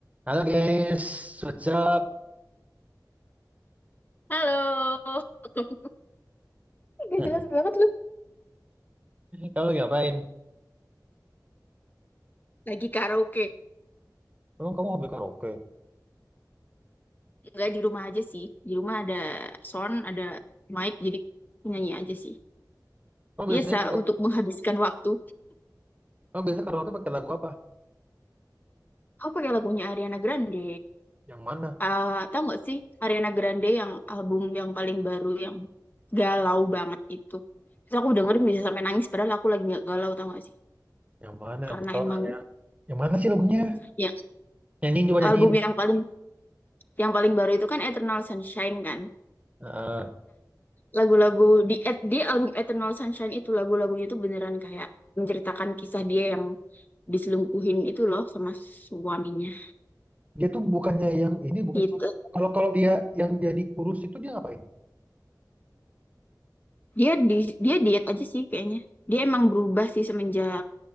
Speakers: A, on the right; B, on the left.
A: Halo guys, what's up?
B: Halo, <laughs> Gak
A: <laughs>
B: jelas banget lu.
A: Kamu ngapain?
B: lagi karaoke.
A: Emang kamu hobi karaoke?
B: Enggak di rumah aja sih. Di rumah ada sound, ada mic, jadi nyanyi aja sih.
A: Kamu
B: Biasa
A: biasanya kalau
B: untuk menghabiskan waktu.
A: kamu biasanya karaoke pakai lagu apa?
B: Aku pakai lagunya Ariana Grande.
A: Yang mana?
B: Ah, tahu nggak sih Ariana Grande yang album yang paling baru yang galau banget itu. Terus aku dengerin bisa sampai nangis padahal aku lagi nggak galau tau gak sih?
A: Yang mana?
B: Karena
A: Aku tahu
B: emang
A: ada. Yang mana sih lagunya?
B: ya
A: Nyanyiin coba nyanyiin.
B: album yang paling yang paling baru itu kan Eternal Sunshine kan.
A: Heeh.
B: lagu-lagu di et- di album Eternal Sunshine itu lagu-lagunya tuh beneran kayak menceritakan kisah dia yang diselingkuhin itu loh sama suaminya
A: Dia tuh bukannya yang ini bukan
B: gitu.
A: sih? Kalau kalau dia yang jadi kurus itu dia ngapain?
B: Dia di dia diet aja sih kayaknya. Dia emang berubah sih semenjak